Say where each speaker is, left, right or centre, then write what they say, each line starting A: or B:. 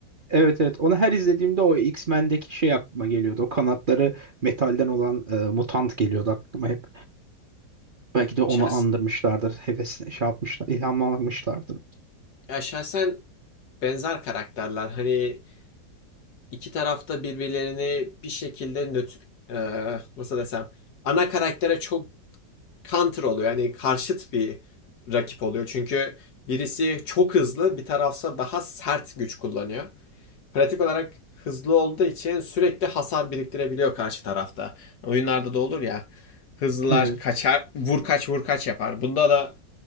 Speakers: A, on the right; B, on the left.
A: Evet evet onu her izlediğimde o X-Men'deki şey aklıma geliyordu. O kanatları metalden olan e, mutant geliyordu aklıma hep. Belki de onu
B: Şahs
A: andırmışlardır. Heves şey yapmışlar, ilhamlanmışlardır.
B: ya şahsen benzer karakterler. Hani iki tarafta birbirlerini bir şekilde nötr eee, nasıl desem ana karaktere çok counter oluyor. Yani karşıt bir rakip oluyor. Çünkü birisi çok hızlı, bir tarafsa daha sert güç kullanıyor. Pratik olarak hızlı olduğu için sürekli hasar biriktirebiliyor karşı tarafta. Oyunlarda da olur ya. Hızlılar
A: Evet.
B: kaçar, vur kaç vur kaç yapar. Bunda da